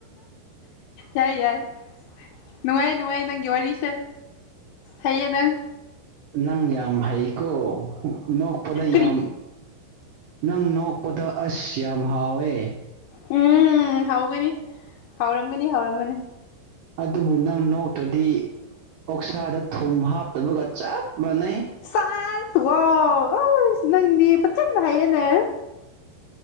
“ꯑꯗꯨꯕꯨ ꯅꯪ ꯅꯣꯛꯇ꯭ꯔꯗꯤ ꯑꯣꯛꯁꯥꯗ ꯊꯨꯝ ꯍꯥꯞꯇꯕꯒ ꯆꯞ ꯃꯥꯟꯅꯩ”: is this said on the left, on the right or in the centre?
Right